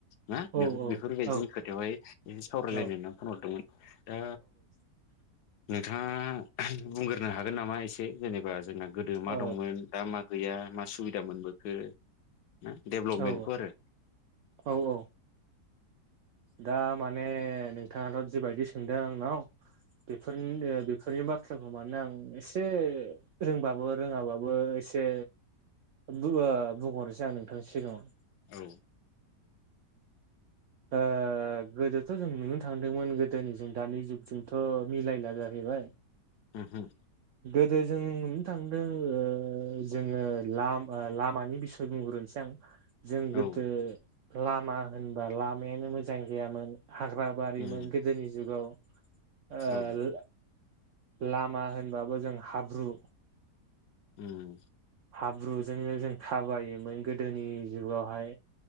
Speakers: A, on the left; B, on the right.
A: ना बेफोर
B: ओ औ
A: बेफोरबायदिनि
B: औ
A: खोथायावहाय ऐसे सावरायलायनो
B: औ
A: होननानै फन हरदोंमोन। दा
B: <unintelligible>
A: नोंथाङा बुंग्रोनो हागोन नामा एसे जेनेबा जोंना गोदो
B: औ
A: मा दंमोन दा मा गैया मा सुबिदा मोनबोखो। ओ डेभलपमेन्टफोरो
B: औ औ औ दा माने नोंथाङाथ' जिबायदि सोंदों आंनाव बेफोरनि बेफोरनि बाथ खौ मानो आं एसे रोंबाबो रोङाबाबो एसे बुओ बुंहरनोसै आं नोंथांनि सिगाङावनो।
A: औ औ।
B: ओ ओ गोदोथ' जों नुनो थांदोंमोन गोदोनि जों दानि जुगजोंथ' मिलायला जाहैबाय।
A: होम-होम।
B: गोदो जों नुनो थांदों ओ जोङो लामा ओ लामानि बिसय बुंग्रोनोसै आं। जों गोदो
A: औ
B: लामा होनबा लामायानो मोजां गैयामोन। हाग्रा बारिमोन
A: उम
B: गोदोनि जुगाव। ओ
A: औ
B: रां लामा होनबाबो जों हाब्रु।
A: उम।
B: हाब्रुजोंनो जों थाबायोमोन गोदोनि जुगावहाय